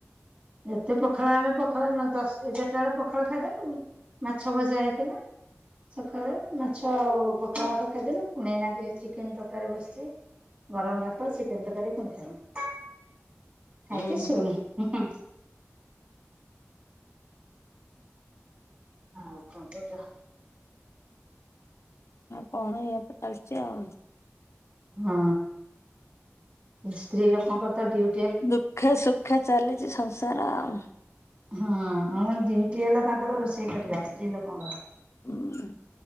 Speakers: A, on the right (about 35°); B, on the left (about 70°).
A: ଏତେ ପଖାଳ ଆମେ ପଖାଳ ନଦଶ ଏଗାରଟା ବେଳେ ପଖାଳ ଖାଇଦେଲୁ। ମାଛ ଭଜା ହେଇଥିଲା ସକାଳେ ମାଛ ଆଉ ତଆ ତ ଖାଇଦେନୁ ପୁଣି ଏ ଇନେ ଚିକେନ ତରକାରୀ ବସିଛି। ଗରମ ଭାତ ଚିକେନ୍ ତକାରୀ ପୁଣି ଖାଇବୁ। ଖାଇକି
B: ଉଁ
A: ସୋଇମୁୁ ହୁ ହୁ। ଆଉ କଣ କଉଛ?
B: କଣ ଏଇଆ ତ ଚାଲିଛି ଆଉ।
A: ହଁ ସ୍ତ୍ରୀ ଲୋକଙ୍କର ତ ଡୁଟି
B: ଦୁଃଖେ ସୁଖେ ଚାଲିଛି ସଂସାର ଆଉ।
A: ହଁ ହମ ଡଉଟି ହେଲା ତାଙ୍କର ରୋଷେଇ କରିବା ସ୍ତ୍ରୀ ଲୋକଙ୍କର।
B: ହୁଁ